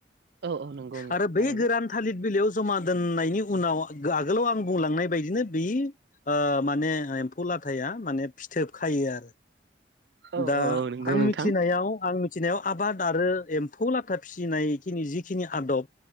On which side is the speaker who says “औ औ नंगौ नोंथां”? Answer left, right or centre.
Right